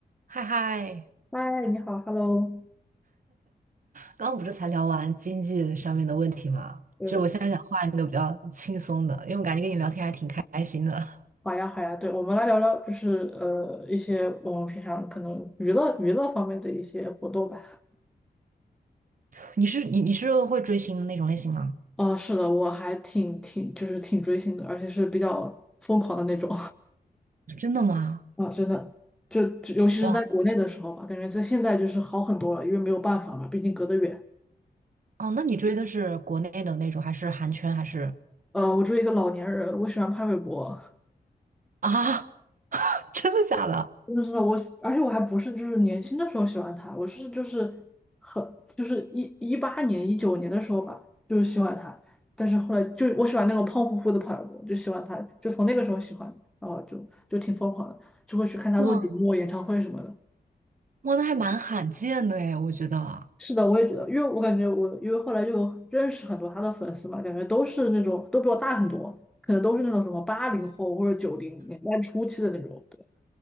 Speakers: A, on the right; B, in the centre.
A: 嗨嗨，
B: 嗨，你好，Hello，
A: 刚刚不是才聊完经济上面的问题吗？
B: 呃，
A: 就我现在想换一个比较轻松的，因为我感觉跟你聊天还挺开心的。
B: 好呀，好呀，对，我们来聊聊，就是呃，一些我们平常可能娱乐娱乐方面的一些活动吧。
A: <laughs> 你是你你是会追星的那种类型吗？
B: 啊、是的，我还挺挺就是挺追星的，而且是比较疯狂的那种
A: 真的吗？
B: <laughs> 啊，真的，就就尤其是在国内的时候吧，
A: 哇
B: 感觉在现在就是好很多了，因为没有办法嘛，毕竟隔得远。
A: 哦，那你追的是国内的那种，还是韩圈，还是
B: 呃，我作为一个老年人，我喜欢潘玮柏，
A: 啊？<laughs> 真的假的？
B: 真的真的我，而且我还不是就是年轻的时候喜欢他，我是就是很就是一一八年一九年的时候吧，就是喜欢他，但是后来就我喜欢那个胖乎乎的跑步，就喜欢他，就从那个时候喜欢，然后就就挺疯狂的，就会去看他录节目、
A: 哇
B: 演唱会什么的。
A: 哇，那还蛮罕见的诶，我觉得啊。
B: 是的，我也觉得，因为我感觉我因为后来就有认识很多他的粉丝嘛，感觉都是那种都比我大很多，可能都是那种什么八零后或者九零年代初期的那种。